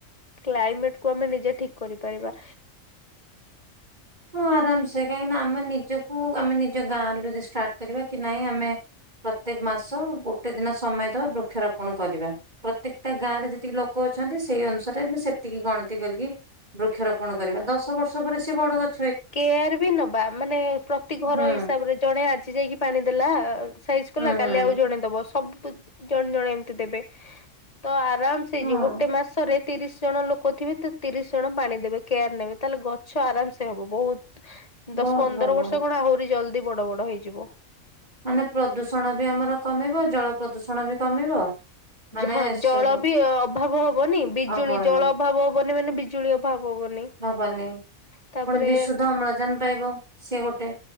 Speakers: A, on the left; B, on the right.
A: କ୍ଲାଇମେଟକୁ ଆମେ ନିଜେ ଠିକ୍ କରିପାରିବା।
B: ହଁ ଆରାମସେ କାହିଁକିନା ଆମେ ନିଜକୁ ଆମେ ନିଜ ଗାଁରୁ ଯଦି ଷ୍ଟାର୍ଟ କରିବା କି ନାଇଁ ଆମେ ପ୍ରତ୍ୟେକ ମାସ ଗୋଟେ ଦିନ ସମୟ ଦବା ବୃକ୍ଷରୋପଣ କରିବା। ପ୍ରତ୍ୟେକଟା ଗାଁରେ ଯେତିକି ଲୋକ ଅଛନ୍ତି ସେଇ ଅନୁସାରେ ସେତିକି ଗଣତି କରିକି ବୃକ୍ଷରୋପଣ କରିବା ଦଶ ବର୍ଷ ପରେ ସେବଡ଼ ଗ
A: କେୟାରବି ନବା ମାନେ ପ୍ରତି ଘର
B: ହୁଁ
A: ହିସାବରେ ଜଣେ ଆଜି ଯାଇକି ପାଣି ଦେଲା ସାଇଜି କଲା
B: ହୁଁ
A: କାଲି
B: ହୁଁ।
A: ଆଉ ଜଣେ ଦବ ସବୁ ଜଣେ ଜଣେ ଏମିତି ଦେବେ। ତ ଆରାମସେ
B: ହଁ
A: ହେଇଯିବ ଗୋଟେ ମାସରେ ତିରିଶି ଜଣ ଲୋକ ିବେ ତତିରିଶି ଜଣ ପାଣି ଦେବେ କେୟାର ନେବେ ତାହେଲେ ଗଛ ଆରାମସେ ହବ। ବହୁତ୍ ଦଶ
B: ବହୁତ
A: ପନ୍ଦର
B: ଭଲ।
A: ବର୍ଷ କଣ ଆହୁରି ଜଲ୍ଦି ବଡ଼ ବଡ଼ ହେଇଯିବ।
B: ମାନେ ପ୍ରଦୂଷଣବି ଆମର କମିବ ଜଳ ପ୍ରଦୂଷଣବି କମିବ ମାନେ
A: ହଁ
B: ଅଭାବନି
A: ଜଳବି ଅଭାବ ହବନି ବିଜୁଳି
B: ହବନି।
A: ଜଳ ଅଭାବ ହବନି ମାନେ ବିଜୁଳି ଅଭାବ ହବନି।
B: ହବନି
A: ତାପରେ
B: ପୁଣି ବିଶୁଦ୍ଧ ଅମ୍ଳଜାନ ପାଇବ ସିଏ ଗୋଟେ